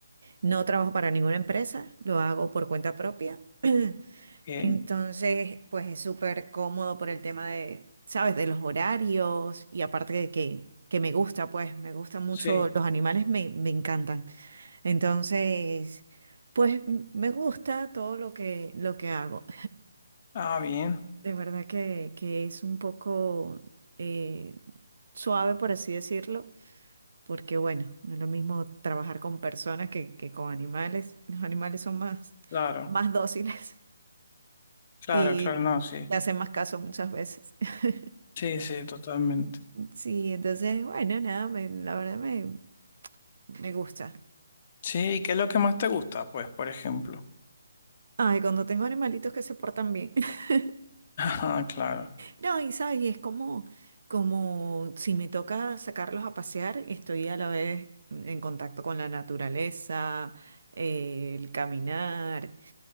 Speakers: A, on the right; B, on the left.
A: no trabajo para ninguna empresa, lo hago por cuenta propia. <clears throat>
B: ¿qué?
A: Entonces, pues es súper cómodo por el tema de, ¿sabes? De los horarios y aparte de que, que me gusta, pues me gustan mucho
B: Sí.
A: los animales, me, me encantan. Entonces, pues m- me gusta todo lo que, lo que hago.
B: Ah, bien,
A: De verdad que, que es un poco eh, suave, por así decirlo, porque bueno, no es lo mismo trabajar con personas que, que con animales. Los animales son más,
B: claro,
A: más dóciles.
B: claro,
A: y
B: claro, no, sí.
A: te hacen más caso muchas veces. <laughs>
B: Sí, sí, totalmente.
A: Sí, entonces, bueno, nada, me- la verdad me, me gusta.
B: Sí, ¿y qué es lo que más te gusta? Pues, por ejemplo.
A: Ay, cuando tengo animalitos que se portan bien. <laughs>
B: <laughs> Ah, claro,
A: No, y sabes, y es como, como si me toca sacarlos a pasear, estoy a la vez en contacto con la naturaleza, eh, el caminar,